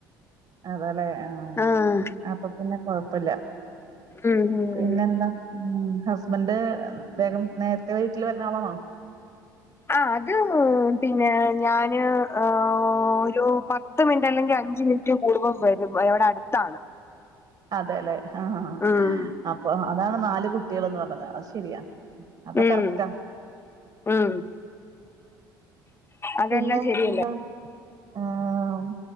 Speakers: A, on the right; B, on the left.
A: അതല്ലേ ആ
B: ആഹ്
A: അപ്പൊ പിന്നെ കൊഴപ്പല്ല
B: ഉം ഉം
A: പിന്നെന്താ ഉം ഹസ്ബന്റ് വേഗം നേര്ത്തെ വീട്ടില് വര്ണ ആളാണോ
B: ആ അത് പിന്നേ ഞാന് ഏ ഒരു പ ത്ത് മിൻറ്റ് അല്ലെങ്കി അഞ്ച് മിൻറ്റ് കൂടുമ്പം വരും ഇവടെ അട്ത്താണ്
A: അതെല്ലെ ആഹ്
B: ഉം
A: അപ്പൊ അതാണ് നാല് കുട്ട്യേള്ന്ന് പറഞ്ഞത് അത് ശെരിയാ അപ്പൊ
B: ഉം
A: കറക്റ്റാ
B: ഉം അതെല്ലാം
A: പിന്നെ
B: ശരിയല്ല
A: എന്താണ് ആഹ്